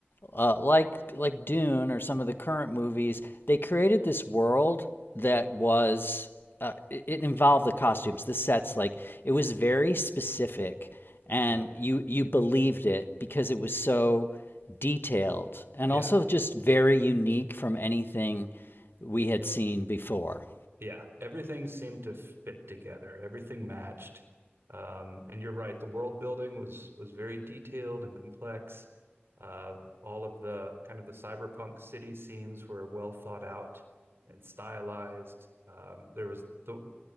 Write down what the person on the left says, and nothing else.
uh, like like Dune or some of the current movies, they created this world that was uh, it, it involved the costumes, the sets. Like it was very specific, and
you you believed it because it was so detailed and
also just very unique from anything we had seen before.